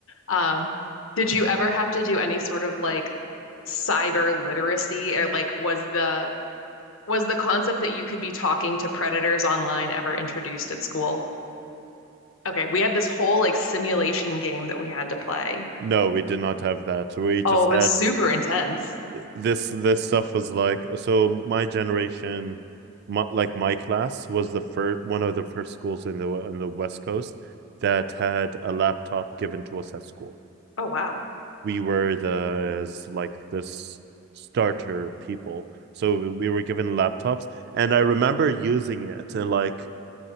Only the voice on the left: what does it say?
Um did you ever have to do any sort of like cyber literacy or like was the was the concept that you could be talking to predators online ever introduced at school? Okay, we had this whole like simulation game that we had to play.
Oh, it was
super intense.
Oh, wow.